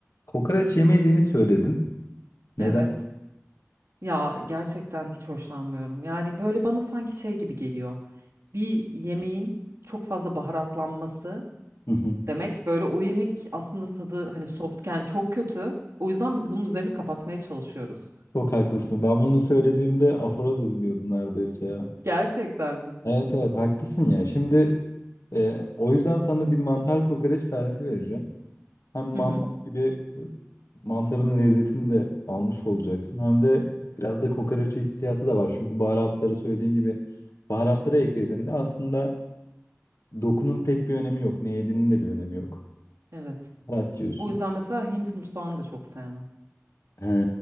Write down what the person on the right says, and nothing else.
Evet. Ya gerçekten hiç hoşlanmıyorum. Yani böyle bana sanki şey gibi geliyor. Bir yemeğin çok fazla baharatlanması
demek böyle o yemek aslında tadı hani softken çok kötü. O yüzden biz bunun üzerini kapatmaya çalışıyoruz.
Gerçekten mi?
Hı hı.
Evet.
O yüzden mesela Hint mutfağını da çok sevmem.